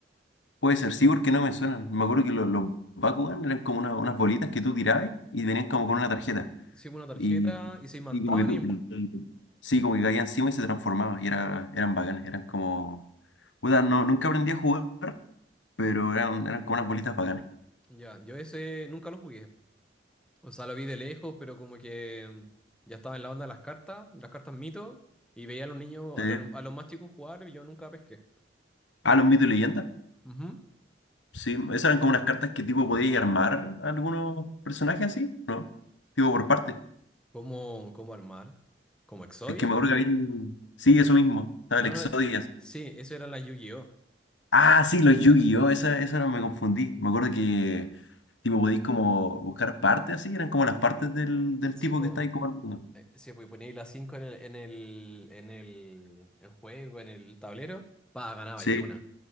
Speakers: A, on the left; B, in the centre.
A: puede ser, sí, porque no me suenan. Me acuerdo que los, los Bakugan eran como una- unas bolitas que tú tirabas y venían como con una tarjeta.
B: Hicimos una tarjeta
A: Y,
B: y se imantaban
A: y como que tú,
B: y. ¡pua!
A: el- el- sí, como que caía encima y se transformaba. Y era, eran bacanes, eran como... Puta, no, nunca aprendí a jugar, pero eran, eran como unas bolitas bacanes.
B: Ya, yo ese nunca lo jugué. O sea, lo vi de lejos, pero como que mm, ya estaba en la onda de las cartas, las cartas mito, y veía a los niños,
A: Sí.
B: a los, a los más chicos jugar y yo nunca pesqué.
A: Ah, los mitos y leyendas.
B: Ujú.
A: Sí, esas eran como unas cartas que tipo podías armar a algunos personajes así, ¿no? Tipo por parte.
B: ¿Cómo, cómo armar? ¿Como Exodia?
A: Es que me acuerdo que había... Sí, eso mismo. Estaba
B: No,
A: el Exodias.
B: no, eh, sí, eso era la Yu-Gi-Oh!
A: Ah, sí, los Yu-Gi-Oh! Esa, esa no me confundí. Me acuerdo que, tipo, podéis como buscar partes así. Eran como las partes del, del
B: Sí,
A: tipo
B: pues,
A: que está ahí como armando.
B: sí, pues poníais las 5 en el, en el, en el, en juego, en el tablero, Pa, ganabais
A: Sí,
B: de una.